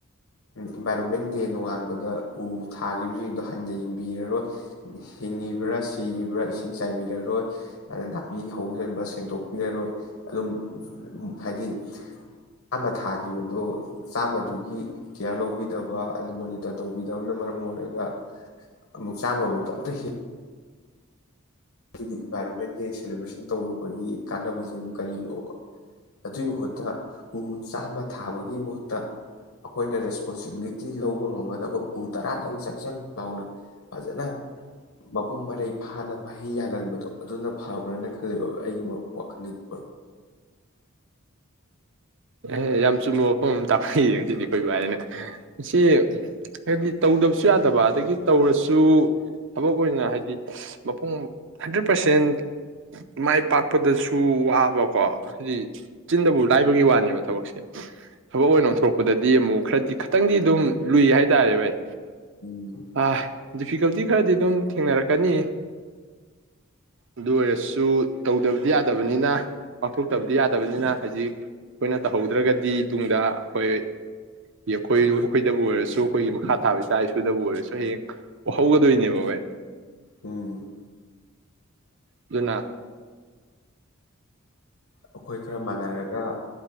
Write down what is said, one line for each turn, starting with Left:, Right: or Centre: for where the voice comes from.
Left: ꯏꯟꯚꯥꯏꯔꯣꯟꯃꯦꯟ ꯗꯦ ꯅꯣꯡꯉ ꯗ ꯎ ꯊꯥꯈꯤꯕꯁꯤꯡꯗꯣ ꯍꯟꯅ ꯌꯦꯡꯕꯤꯔꯔꯣꯏ ꯍꯤꯡꯉꯤꯕ꯭ꯔꯥ ꯁꯤꯔꯤꯕ꯭ꯔꯥ ꯏꯁꯤꯡ ꯆꯥꯏꯕꯤꯔꯔꯣꯏ ꯑꯗ ꯅꯥꯄꯤ ꯍꯧꯁꯟꯕ ꯁꯦꯡꯗꯣꯛꯄꯤꯔꯔꯣꯏ ꯑꯗꯨꯝ ꯍꯥꯏꯗꯤ ꯃ ꯊꯥꯈꯤꯕꯗꯣ ꯆꯥꯝꯃꯗꯨꯒꯤ ꯀꯤꯌꯔ ꯂꯧꯕꯤꯗꯕ ꯃꯣꯅꯤ ꯇꯔꯇꯧꯕꯤ ꯗꯕꯅ ꯃꯔꯝ ꯑꯣꯏꯔꯒ ꯑꯃꯨꯛ ꯆꯥꯝꯃꯃꯨꯛꯇ ꯑꯝꯇ ꯍꯤꯡ ꯑꯗꯨꯗꯤ ꯏꯟꯚꯥꯏꯔꯣꯟꯃꯦꯟ ꯗꯦ ꯁꯦꯂꯦꯕ꯭ꯔꯦꯁꯟ ꯇꯧꯔꯨꯕꯒꯤ ꯀꯥꯟꯅꯕꯁꯦ ꯀꯔꯤꯅꯣꯕ ꯑꯗꯨꯏ ꯃꯍꯨꯠꯇ ꯎ ꯆꯥꯝꯃ ꯊꯥꯕꯒꯤ ꯃꯍꯨꯠꯇ ꯑꯩꯈꯣꯏꯅ ꯔꯦꯁꯄꯣꯟꯁꯤꯕꯤꯂꯤꯇꯤ ꯂꯧꯕ ꯉꯝꯒꯗꯕ ꯎ ꯇꯔꯥꯗꯪ ꯆꯪ ꯆꯪ ꯂꯥꯎꯅ ꯐꯖꯅ ꯃꯄꯨꯡ ꯃꯔꯩ ꯐꯥꯅ ꯃꯍꯩ ꯌꯥꯜꯍꯟꯕꯗꯣ ꯑꯗꯨꯅ ꯐꯕ꯭ꯔꯅ ꯈꯜꯂꯦꯕ ꯑꯩꯒꯤ ꯋꯥꯈꯜꯗꯗꯤ
Right: ꯑꯦꯍ ꯌꯥꯝ ꯆꯨꯝꯕ ꯋꯥꯐꯝ ꯑꯃ ꯇꯥꯛꯄꯤꯔꯦ ꯉꯁꯤꯗꯤ ꯑꯩꯈꯣꯏ ꯚꯥꯏꯅ ꯁꯤ ꯍꯥꯏꯗꯤ ꯇꯧꯗꯕꯁꯨ ꯌꯥꯗꯕ ꯑꯗꯒꯤ ꯇꯧꯔꯁꯨ ꯊꯕꯛ ꯑꯣꯏꯅ ꯍꯥꯏꯗꯤ ꯃꯄꯨꯡ ꯍꯟꯗ꯭ꯔꯦꯠ ꯄꯥꯔꯁꯦꯟ ꯃꯥꯏ ꯄꯥꯛꯄꯗꯁꯨ ꯋꯥꯕꯀꯣ ꯍꯥꯏꯗꯤ ꯆꯤꯟꯗꯕꯨ ꯂꯥꯏꯕꯒꯤ ꯋꯥꯅꯦꯕ ꯊꯕꯛꯁꯦ ꯊꯕꯛ ꯑꯣꯏꯅ ꯑꯣꯟꯊꯣꯔꯛꯄꯗꯗꯤ ꯑꯃꯨꯛ ꯈꯔꯗꯤ ꯈꯇꯪꯗꯤ ꯑꯗꯨꯝ ꯂꯨꯏ ꯍꯥꯏꯇꯥꯔꯦꯕ ꯚꯥꯏ
Left: ꯎꯝ
Right: ꯑ ꯗꯤꯐꯤꯀꯜꯇꯤ ꯈꯔꯗꯤ ꯑꯗꯨꯝ ꯊꯦꯡꯅꯔꯛꯀꯅꯤ ꯑꯗꯨ ꯑꯣꯏꯔꯁꯨ ꯇꯧꯗꯕꯗꯤ ꯌꯥꯗꯕꯅꯤꯅ ꯄꯥꯡꯊꯣꯛꯇꯕꯗꯤ ꯌꯥꯗꯕꯅꯤꯅ ꯍꯧꯖꯤꯛ ꯑꯩꯈꯣꯏꯅ ꯇꯧꯍꯧꯗ꯭ꯔꯒꯗꯤ ꯇꯨꯡꯗ ꯑꯩꯈꯣꯏ ꯑꯩꯈꯣꯏꯗꯕꯨ ꯑꯣꯏꯔꯁꯨ ꯑꯩꯈꯣꯏꯒꯤ ꯃꯈꯥ ꯊꯥꯕ ꯏꯆꯥ ꯏꯁꯨꯗꯕꯨ ꯑꯣꯏꯔꯁꯨ ꯍꯌꯦꯡ ꯋꯥꯍꯧꯒꯗꯣꯏꯅꯦꯕ ꯚꯥꯏ
Left: ꯎꯝ
Right: ꯑꯗꯨꯅꯥ
Left: ꯑꯩꯈꯣꯏ ꯈꯔ ꯃꯥꯟꯅꯔꯒ